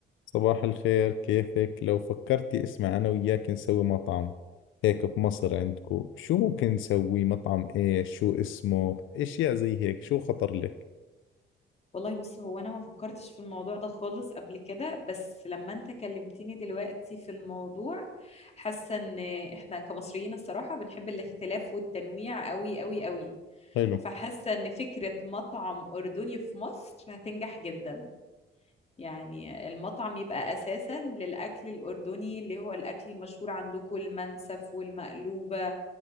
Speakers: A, on the left (about 80°); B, on the left (about 30°).
A: صباح الخير كيفك؟ لو فكرتي اسمع أنا وياك نسوي مطعم هيك بمصر عندكو شو ممكن نسوي مطعم إيش شو اسمه أشياء زي هيك شو خطر لك؟
B: والله بص هو انا ما فكرتش في الموضوع ده خالص قبل كده بس لما انت كلمتني دلوقتي في الموضوع حاسه ان احنا كمصريين الصراحه بنحب الاختلاف والتنويع قوي قوي قوي
A: حلو
B: فحاسه ان فكره مطعم اردني في مصر هتنجح جدا يعني المطعم يبقى أساسا للأكل الأردني اللي هو الأكل المشهور عندكم المنسف والمقلوبة